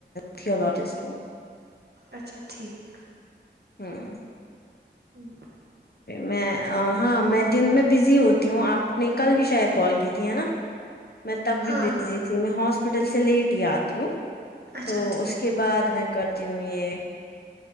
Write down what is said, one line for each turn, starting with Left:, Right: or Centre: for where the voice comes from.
Left: تھیولوجسٹ ہوں
Right: اچھا ٹھیک
Left: ہوں
Right: ہوں
Left: میں ہاں میں دن میں بزی ہوتی ہوں آپ نے کل بھی شاید کال کی تھی ہے نا میں تب بھی
Right: ہاں
Left: بزی میں ہاسپٹل سے لیٹ ہی آتی ہوں
Right: اچھا
Left: تو
Right: ٹھیک
Left: اس کے بعد میں کرتی ہوں یہ